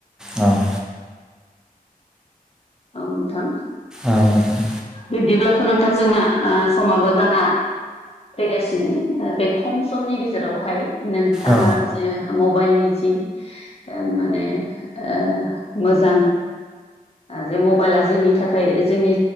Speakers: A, in the centre; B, on the left.
A: औ
B: औ नोंथां
A: औ नोंथां
B: बिब्दिब्लाथ' नोंथां जोंना समाबो जाना फैगासिनो बे खम समनि गेजेरावहाय नोंथाङा
A: औ
B: जे मबाइलनि जि ओ माने ओ मोजां जे मबाइला जोंनि थाखाय जोंनि